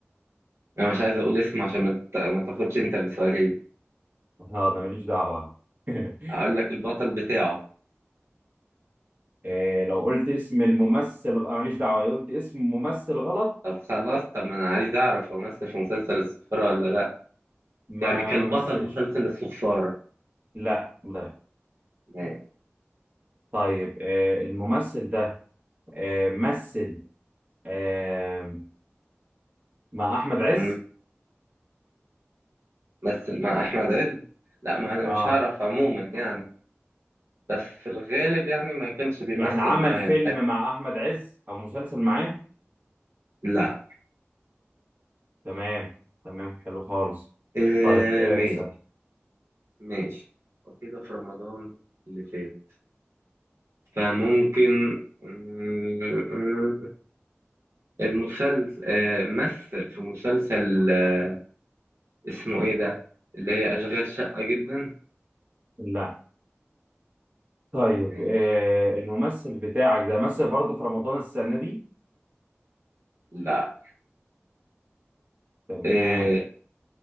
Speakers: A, on the right; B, on the right.
A: انا مش عايز اقول اسمه عشان ما ت- ما تاخدش انت بسؤالين
B: اه انا ماليش دعوة <laughs>
A: هقول لك البطل بتاعه
B: آه لو قلت اسم الممثل غ- أنا ماليش دعوة لو قلت اسم ممثل غلط
A: طب خلاص طب ما انا عايز اعرف هو مثل في مسلسل الصفارة ولا لا
B: ما
A: يعني كان
B: ما مثلش
A: بطل مسلسل الصفارة
B: لا لا
A: ماشي
B: طيب آه الممثل ده آه مثل آه مع احمد عز
A: مم. مثل مع احمد عز لا ما انا
B: اه
A: مش هعرف عموما يعني بس في الغالب يعني ما كانش بيمثل
B: يعني عمل
A: معايا
B: فيلم مع احمد عز او مسلسل معاه
A: لا
B: تمام تمام حلو خالص
A: إيه
B: طيب آه
A: ماشي
B: اسأل
A: ماشي وكده في رمضان اللي فات فممكن مم، المسلسل آه، مثل في مسلسل آه، اسمه ايه ده اللي هي اشغال شقة جدا
B: لا طيب
A: ماشي.
B: آه الممثل بتاعك ده مثل برضه في رمضان السنة دي
A: لا
B: تمام
A: آه،